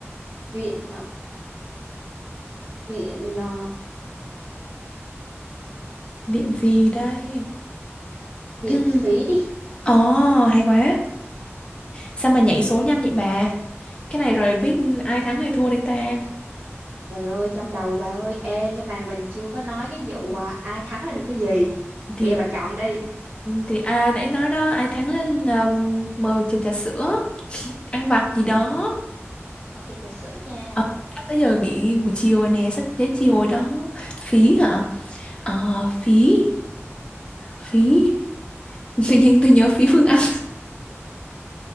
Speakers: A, on the right; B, on the left.
A: viện hả viện ờ,
B: viện gì đây
A: viện
B: <clears throat>
A: phí đi
B: Ồ, hay quá. Sao mà nhảy số nhanh vậy bà? cái này rồi biết ai thắng ai thua đây ta
A: trời ơi trong đầu bà ơi ê nhưng mà mình chưa có nói cái vụ à, ai thắng là được cái gì
B: thì
A: bây giờ bà chọn đi
B: thì à nãy nói đó ai thắng là mời chầu trà sữa ăn vặt gì đó
A: ok trà sữa nha
B: Ờ, sắp tới giờ nghỉ buổi chiều rồi nè sắp tới chiều rồi đó phí hả ờ phí phí <laughs> tự nhiên tôi nhớ phí Phương Anh